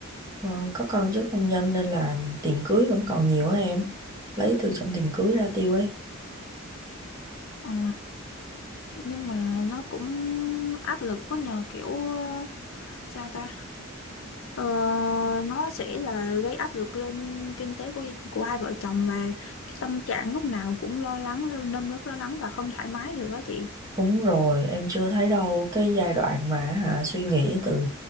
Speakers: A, on the right; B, on the left.
A: ờ, có con trước hôn nhân nên là tiền cưới vẫn còn nhiều á em lấy từ trong tiền cưới ra tiêu ấy
B: Ờ, nhưng mà nó cũng áp lực quá nhờ kiểu ờ, sao ta? Ờ, nó sẽ là gây áp lực lên kinh tế của của hai vợ chồng và cái tâm trạng lúc nào cũng lo lắng, lo- nơm nớp lo lắng và không thoải mái được á chị.
A: Đúng rồi, em chưa thấy đâu cái giai đoạn mà hả suy nghĩ từ